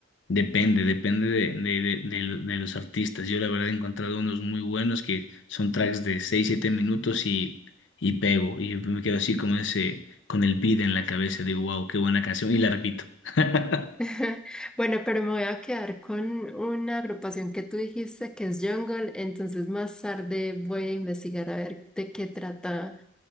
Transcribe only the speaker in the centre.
<laughs> Bueno, pero me voy a quedar con una agrupación que tú dijiste que es Jungle, entonces más tarde voy a investigar a ver de qué trata